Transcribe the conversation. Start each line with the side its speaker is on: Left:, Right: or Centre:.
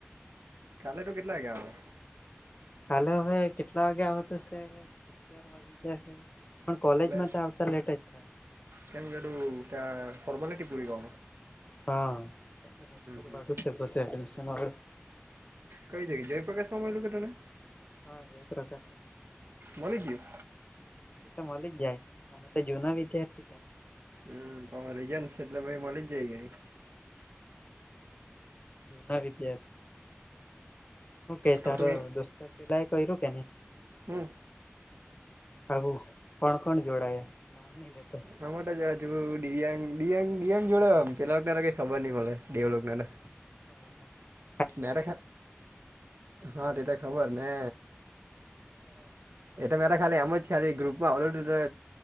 Right: કાલે તો કેટલા વાગ્યાયા આવો.
Left: કાલે હવે કેટલા વાગ્યા આવ તોશે અગિયાર વાગે જયાશે. પણ કોલેજ
Right: એટલે
Left: માં તો આવતા લેટે જ થાય.
Right: કેમ એું ત્યા ફરમલે ટ પૂરી ક.
Left: હા હોસ્ટેલ
Right: હમ
Left: વાળું છેહે બધું એડમિશન વાળું.
Right: કઈ જગ જયપ્રકાશ માં મળલું કે તને.
Left: હા જયપ્રકાશ.
Right: મળી ગયું
Left: એ તો મળલે જાય અરે તો જુના વિદ્યાર્થી કે.
Right: હમ તોમે લઈ જ એટલે ભ મળી જ જાય કે ન
Left: જુના વિદ્યાત. હું કે તારો
Right: તો તું
Left: દોસ્તાર પેલા એ કર્યું કે નહી.
Right: હમ
Left: હબું કોણ કોણ જોડાયા નામ નઈ લેતો.
Right: આ માટે જ છું દિવ્યાંગ દિવ્યાંગ દંગ જોડે પેલાને કઈ ખબર નહ મળે દેવળક ના
Left: હ હા.
Right: નારે હા તે તો ખબર ને. એટ મેરા ખાલી એમ જ ખાલી ગ્રુપમાં ઓલરે